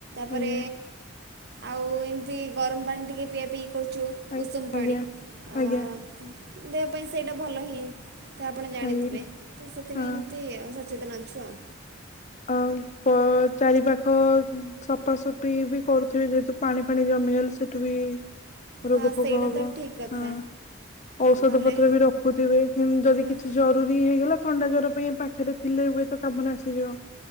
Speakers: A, on the right; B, on the left.
A: ତାପରେ
B: ଆଜ୍ଞା
A: ଆଉ ଏମିତି ଗରମ ପାଣି ଟିକେ ପିଆ ପିଇ କରୁଛୁ।
B: ଆ-
A: ଉଷୁମ ପାଣି
B: ଆଜ୍ଞା
A: ଆ
B: ଆଜ୍ଞା
A: ତ ଦେହ ପାଇଁ ସେଇଟା ଭଲ ହିଏ। ତ ଆପଣ ଜାଣିଥିବେ
B: ଆଜ୍ଞା
A: ତ ସେଥିପାଇଁ
B: ହଁ
A: ଏମିତି ଆଉ ସଚେତନ ଅଛୁ ଆଉ।
B: କାନ୍ଥ ଚାରିପାଖ ସଫାସଫି ବି କରୁଥିବେ ଯେହେତୁ ପାଣି ଫାଣି ଜମିଗଲେ ସେଠି ବି ରୋଗ
A: ହଁ
B: ଫୋଗ
A: ସେଇଟା
B: ହବ
A: ତ ଠିକ୍ କଥା
B: ହଁ। ଔଷଧ
A: ନହେଲେ
B: ପତ୍ର ବି ରଖୁଥିବେ ହୁଁ ଯଦି
A: ହଁ।
B: କିଛି ଜ ଜରୁରୀ ହେଇଗଲା ଥଣ୍ଡା ଜ୍ୱର ପାଇଁ ପାଖରେ ଥିଲେ ହୁଏତ କାମରେ ଆସିଯିବ।